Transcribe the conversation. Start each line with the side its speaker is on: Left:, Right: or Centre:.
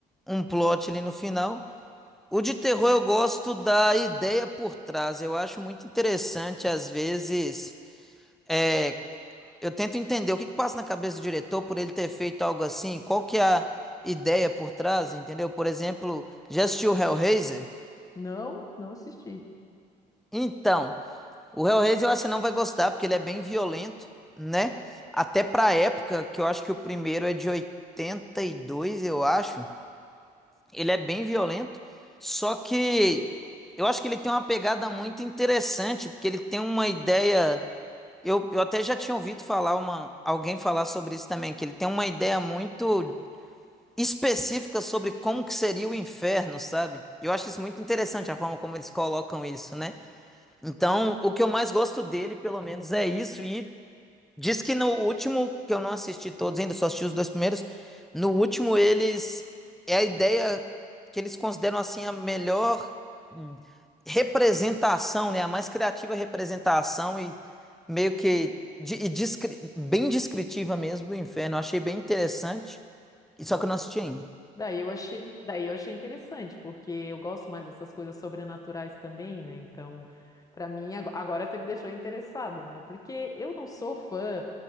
Centre: um plot ali no final. O de terror eu gosto da ideia por trás. Eu acho muito interessante, às vezes, é, eu tento entender o que que passa na cabeça do diretor por ele ter feito algo assim, qual que é a ideia por trás, entendeu? Por exemplo, já assistiu o Hellraiser?
Left: não, não assisti.
Centre: Então, o Hellraiser eu acho que você não vai gostar, porque ele é bem violento, né? Até pra época, que eu acho que o primeiro é de 82, eu acho. Ele é bem violento, só que eu acho que ele tem uma pegada muito interessante, porque ele tem uma ideia Eu, eu até já tinha ouvido falar uma, alguém falar sobre isso também, que ele tem uma ideia muito específica sobre como que seria o inferno, sabe? E Eu acho isso muito interessante a forma como eles colocam isso, né? Então, o que eu mais gosto dele, pelo menos, é isso. E Diz que no último, que eu não assisti todos ainda, só assisti os dois primeiros. No último, eles. É a ideia que eles consideram assim a melhor hum, representação, né? A mais criativa representação e meio que. de- e descri- bem descritiva mesmo do inferno. Eu achei bem interessante. e Só que eu não assisti ainda.
Left: Daí eu achei, daí eu achei interessante, porque eu gosto mais dessas coisas sobrenaturais também, né? Então, pra mim, ago- agora você me deixou interessada, né? Porque eu não sou fã,